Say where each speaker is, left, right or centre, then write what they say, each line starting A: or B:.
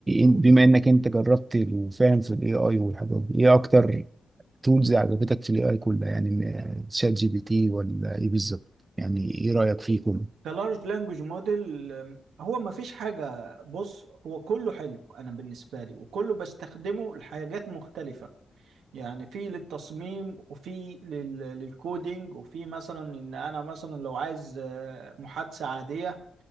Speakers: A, on the right (about 35°); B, on the right (about 85°).
A: إن- بما انك انت جربت وفاهم في الاي اي والحاجات دي ايه اكتر تولز عجبتك في الاي اي كلها يعني م- شات جي بي تي ولا ايه بالظبط يعني ايه رأيك فيه كله
B: كلارج لانجوج موديل هو ما فيش حاجة بص هو كله حلو أنا بالنسبة لي وكله بستخدمه لحاجات مختلفة يعني في للتصميم وفي لل- للكودينج وفي مثلا إن أنا مثلا لو عايز آه، محادثة عادية